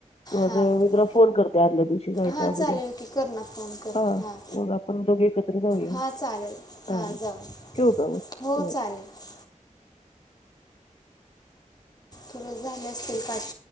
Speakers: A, on the left (about 50°); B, on the left (about 30°).
A: मग
B: हां
A: मी तुला फोन करते आदल्या दिवशी जायच्या
B: हां
A: अगोद
B: चालेल की कर ना फोन कर
A: हा
B: हां
A: मग आपण दोघे एकत्र जाऊया
B: हां चालेल हां जाऊ
A: ठेव जाऊ.
B: हो चालेल तुरस झाले असतील पाश